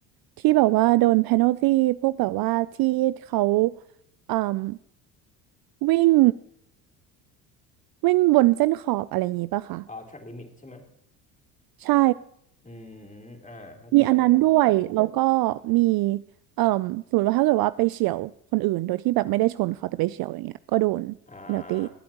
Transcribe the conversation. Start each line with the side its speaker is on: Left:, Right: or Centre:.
Right: ที่แบบว่าโดนเพนัลตี้พวกแบบว่าที่เขาเอ่มวิ่งวิ่งบนเส้นขอบอะไรอย่างงี้ป่ะคะ
Left: อ่า track limit ใช่ไหม
Right: ใช่
Left: อืมอ่าเข้าใจเออ
Right: มีอันนั้นด้วยแล้วก็มีเอ่มสมมติว่าถ้าเกิดว่าไปเฉี่ยวคนอื่นโดยที่แบบไม่ได้ชนเขาแต่ไปเฉี่ยวอย่างเงี้ยก็โดนเพนัลตี้
Left: อ่าอ